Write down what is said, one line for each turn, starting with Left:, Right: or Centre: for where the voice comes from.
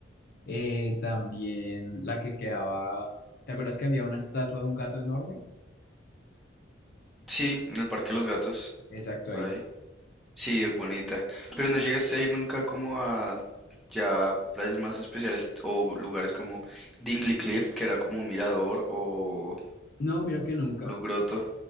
Left: Eh, también la que quedaba. ¿Te acuerdas que había una estatua de un gato enorme?
Centre: Sí, en el Parque
Left: Ahí,
Centre: de los Gatos.
Left: exacto,
Centre: Por
Left: ahí.
Centre: ahí. Sí,
Left: Sí,
Centre: es
Left: sí.
Centre: bonita. Pero no llegaste a ir nunca como a. Ya playas más especiales o lugares como Dingley Cliff, que era como un mirador, o
Left: No, mira que nunca.
Centre: Blue Grotto.